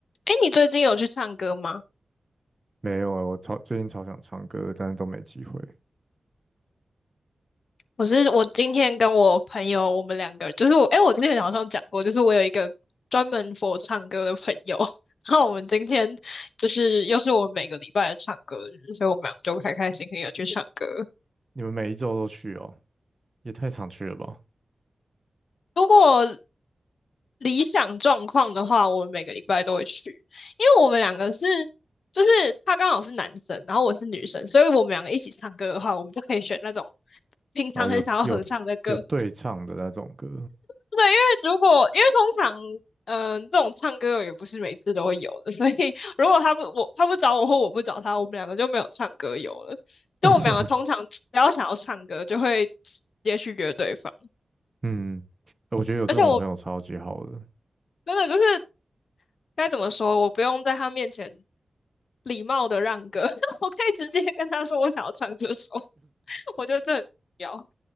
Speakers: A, on the left; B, on the right.
A: 哎，你最近有去唱歌吗？
B: 没有啊，我超最近超想唱歌，但是都没机会。
A: 我是我今天跟我朋友，我们两个就是我，哎，我今天早上讲过，就是我有一个专门 for 唱歌的朋友，<laughs> 然后我们今天就是又是我们每个礼拜的唱歌日，所以我们两个就开开心心的去唱歌。
B: 你们每一周都去哦，也太常去了吧？
A: 如果理想状况的话，我们每个礼拜都会去，因为我们两个是就是他刚好是男生，然后我是女生，所以我们两个一起唱歌的话，我们就可以选那种平常很想要合唱的歌。
B: 哦，有有有对唱的那种歌，
A: 对，因为如果因为通常，嗯、这种唱歌也不是每次都会有的，<laughs> 所以如果他不我他不找我或我不找他，我们两个就没有唱歌友了。
B: <laughs>
A: 就我们两个通常只要想要唱歌，就会直接去约对方。
B: 嗯，我觉得有这种朋友超级好的。
A: 而且我真的就是该怎么说，我不用在他面前礼貌的让歌，<laughs> 我可以直接跟他说我想要唱这首，<laughs> 我觉得这很重要。